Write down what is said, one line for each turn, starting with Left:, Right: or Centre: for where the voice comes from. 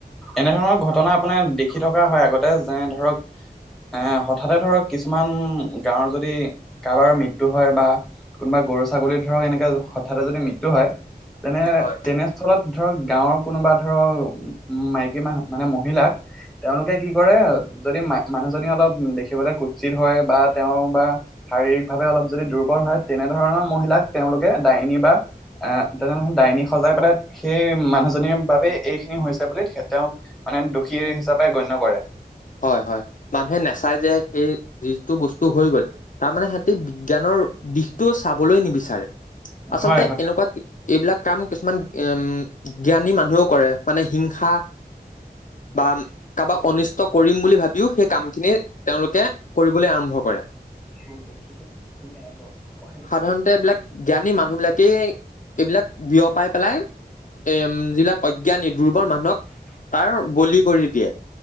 Centre: এনে ধৰণৰ ঘটনা আপোনাৰ দেখি থকা হয় আগতে এ, যায় ধৰক। এ, হঠাতে ধৰক কিছুমান, গাঁৱৰ যদি কাৰোবাৰ মৃত্যু হয় বা। কোনোবা গৰু-ছাগলী ধৰক এনেকা হঠাতে যদি মৃত্যু হয় তেনে,
Left: হয়
Centre: তেনেস্থলত। ধৰক গাঁৱৰ কোনোবা ধৰক, উম' মাইকী মাহ, মানে মহিলাক তেওঁলোকে কি কৰে আৰু যদি মানুহজনী অলপ দেখিবলৈ কুচিত হয়, বা তেওঁ বা শাৰীৰিক ভাৱে অলপ। অলপ যদি দুৰ্বল হয়, তেনেধৰণৰ মহিলাক তেওঁলোকে ডাইনী বা আ তেনেধৰনে ডাইনী সজাই পেলাই সেই মানুহজনীৰ বাবেই এইখিনি হৈছে বুলি তেওঁক মানে দোষী হিচাপে গণ্য কৰে।
Left: হয়, হয়। মানুহে নাচাই যে, সেই যিটো বস্তু হৈ গ'ল। তাৰমানে সিহঁতে বিজ্ঞানৰ, দিশটো চাবলৈ নিবিচাৰে, আচলতে
Centre: হয় হয়
Left: এনেকুৱা। এইবিলাক কাম কিছুমান উম, জ্ঞানী মানুহেও কৰে মানে হিংসা। বা কাৰোবাক অনিষ্ট কৰিম বুলি ভাবিও, সেই কামখিনি তেওঁলোকে কৰিবলৈ আৰম্ভ কৰে।
Centre: মোক দেখিলে আমি আইগক সহায় ল
Left: সাধাৰণতে এইবিলাক জ্ঞানী মানুহবিলাকে এইবিলাক বিয়পাই পেলাই এ যিবিলাক অজ্ঞানী দুৰ্বল মানুহক তাৰ বলি কৰি দিয়ে।